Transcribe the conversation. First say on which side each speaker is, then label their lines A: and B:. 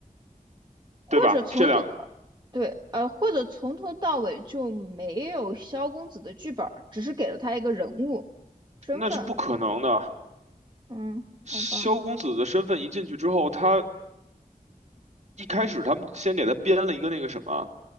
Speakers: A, on the right (about 30°); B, on the right (about 55°).
A: 或者从头，
B: 对吧？这两个
A: 对，呃，或者从头到尾就没有萧公子的剧本儿，只是给了他一个人物身份。
B: 那是不可能的。
A: 嗯，
B: 萧公子的身份一进去之后，
A: 好吧，
B: 他一开始他们先给他编了一个那个什么，